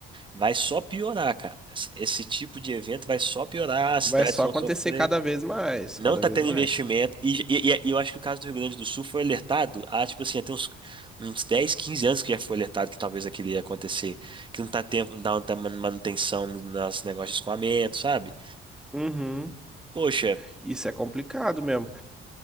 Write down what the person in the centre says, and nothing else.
Vai
só
acontecer
cada vez mais,
cada
vez
mais.
Uhum.
Isso é complicado mesmo.